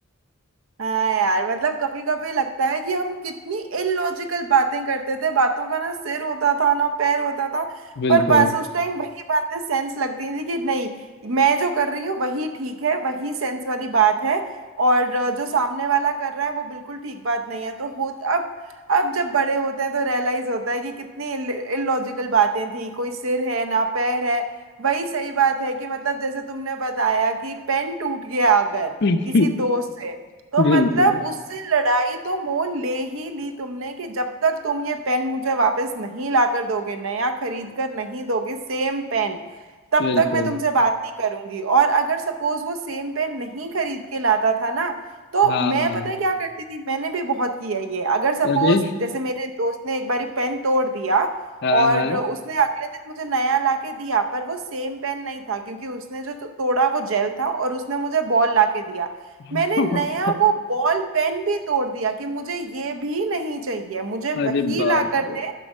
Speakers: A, on the right; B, on the left.
A: हाँ यार मतलब कभी कभी लगता है कि हम कितनी इलॉजिकल बातें करते थे बातों का ना सिर होता था ना पैर होता था
B: बिल्कुल
A: पर बस उस टाइम वही बातें सेंस लगती थी कि नहीं मैं जो कर रही हूँ वही ठीक है वही सेंस वाली बात है और अ, जो सामने वाला कर रहा है वो बिल्कुल ठीक बात नहीं है तो हो अब अब जब बड़े होते हैं तो रियलाइज होता है कि कितनी इलॉजिकल बातें थी कोई सिर है ना पैर है वही सही बात है कि मतलब जैसे तुमने बताया कि पेन टूट गया अगर
B: <laughs>
A: किसी दोस्त से तो
B: बिल्कुल
A: मतलब उससे लड़ाई तो मोल ले ही ली तुमने कि जब तक तुम ये पेन मुझे वापस नहीं लाकर दोगे नया खरीद कर नहीं दोगे सेम पेन तब
B: बिल्कुल
A: तक मैं तुमसे बात नहीं करूंगी और अगर सपोज वो सेम पेन नहीं खरीद के लाता था ना तो
B: हाँ
A: मैं पता है क्या करती थी मैंने भी बहुत किया ये अगर सपोज
B: अरे
A: जैसे मेरे दोस्त ने एक बारी पेन तोड़ दिया
B: हाँ
A: और
B: हाँ
A: उसने अगले दिन मुझे नया लाके दिया पर वो सेम पेन नहीं था क्योंकि उसने जो तो- तोड़ा वो जेल था और उसने मुझे बॉल लाके दिया मैंने
B: <laughs>
A: नया वो बॉल पेन भी तोड़ दिया कि मुझे ये भी नहीं चाहिए मुझे
B: अरे
A: वही
B: बाप
A: ला कर
B: रे
A: दे